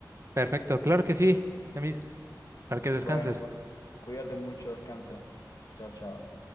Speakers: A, on the right; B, on the left.
A: Perfecto, claro que sí. Demis. Para que descanses.
B: Bueno, cu- cuídate mucho, descansa. Chao, chao.